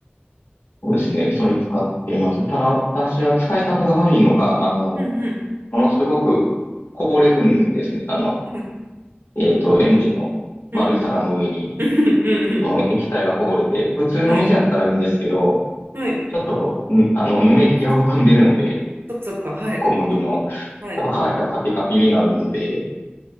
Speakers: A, on the left; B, on the right.
A: そうですね。それ使っています。ただ私は使い方が悪いのか、あの、
B: うんうん。
A: ものすごくこぼれるんですね。あの、
B: うん
A: えっと、レンジの丸い皿の上に、
B: うん。うんうんう
A: の液体がこぼれて、普通の水やったらいいんですけど、
B: ん。はい。はい。
A: ちょっと、んあの、ぬめり気を含んでるので、
B: あ、そっか。そっかそっか。はい。
A: 小麦の。
B: はい。
A: やっぱ乾いたらカピカピになるので、ち